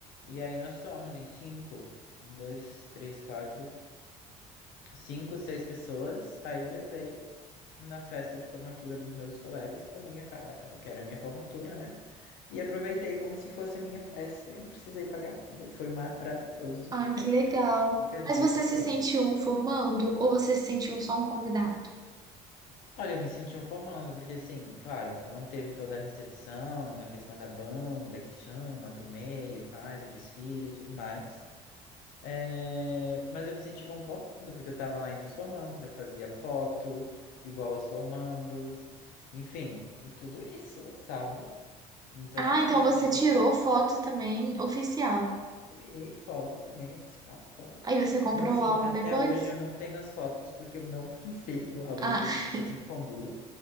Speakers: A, on the left; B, on the right.
A: E aí nós somos em cinco: um, dois, três, quatro cinco, seis pessoas. Aí eu levei na festa de formatura dos meus colegas, que também aca- acabou que era a minha formatura, né? E aproveitei como se fosse a minha festa e não precisei pagar nada. Foi maravilhoso.
B: Ah,
A: <laughs>
B: que legal.
A: Fica a dica
B: Mas você
A: a todos.
B: se sente um formando ou você se sentiu só um convidado?
A: Olha, eu me senti um formando, porque assim, claro, não teve toda a recepção na questão da banda que chama pro meio, faz o desfile e tudo mais. É, mas eu me senti como formando, porque eu estava lá entre os formandos, eu fazia foto igual os formandos, enfim, tudo isso, sabe? Então
B: Ah, então
A: eu me senti
B: você
A: conforme.
B: tirou foto também oficial.
A: Tirei foto também, oficial, claro.
B: Aí você comprou
A: Mas assim,
B: o álbum
A: até
B: depois?
A: hoje eu não tenho as fotos porque eu não <laughs> comprei o álbum.
B: Ah,
A: Eu não sei se eu
B: <laughs>
A: sou muito pão duro.